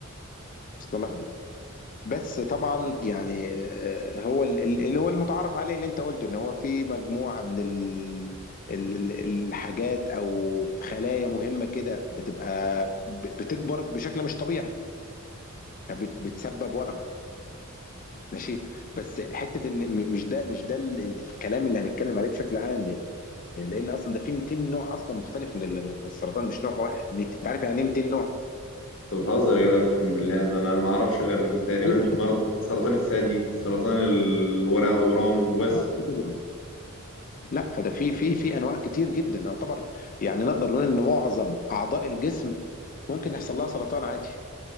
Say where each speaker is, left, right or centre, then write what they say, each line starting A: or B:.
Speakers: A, on the left; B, on the left.
A: وصل لك بس طبعا يعني آه، هو ال- ال- اللي هو المتعارف عليه اللي انت قلت ان هو في مجموعه من ال ال- ال- الحاجات او في خلايا مهمه كده بتبقى ب- بتكبر بشكل مش طبيعي فبت- بتسبب ورم ماشي بس حته ان م- مش ده مش ده ال- ال- الكلام اللي هنتكلم عليه بشكل عام لان اصلا ده في 200 نوع اصلا مختلف من ال- من السرطان مش نوع واحد ميت- انت عارف يعني ايه 200 نوع
B: أنت بتهزر يا جدع أقسم بالله ده أنا ما أعرفش غير تقريبا
A: ايوه طبعا
B: مرض سرطان الثدي سرطان الورق أورام وبس
A: لا طبعا لا ده في في في انواع كتير جدا يعتبر يعني نقدر نقول ان معظم اعضاء الجسم ممكن يحصل لها سرطان عادي